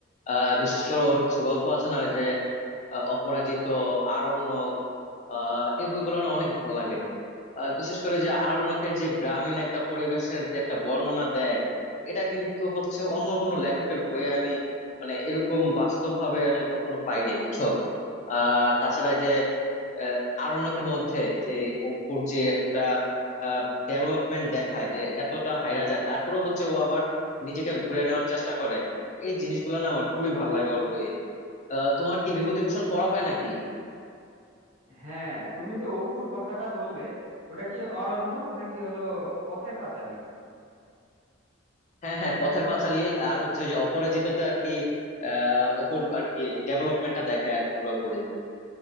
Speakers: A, on the left; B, on the right.
A: আহ বিশেষ করে ওর কিছু গল্প আছে না ওই যে আহ, অপরাজিত আরণ্যক আহ এই বইগুলো না অনেক ভালো লাগে আহ, বিশেষ করে যে আরণ্যকের যে গ্রামীণ একটা পরিবেশের যে একটা বর্ণনা দেয় এটা কিন্তু হচ্ছে অন্য কোনো লেখকের বইয়ে আমি মানে এরকম বাস্তব ভাবে আমি কখনো পাইনি বুঝছো আহ তাছাড়া এই যে আহ, আরণ্যকের মধ্যে যে অপুর যে একটা ডেভেলপমেন্ট দেখায় যে এতটা হাইরা যায় তারপরে হচ্ছে ও আবার নিজেকে ঘুরে নেওয়ার চেষ্টা করে এই জিনিসগুলো না আমার খুবই ভালো লাগে ওর বইয়ে আহ তোমার কি বিভূতিভূষণ পড়া হয় নাকি
B: হ্যাঁ তুমি যে অপুর কথাটা বললে ওটা কি অরণ্যক নাকি হলো পথের পাঁচালী
A: হ্যাঁ হ্যাঁ পথের পাঁচালী আর হচ্ছে ওই যে অপরাজিততে আর কি আহ অপুর আর কি ডেভেলপমেন্টটা দেখায় আর কি পুরোপুরি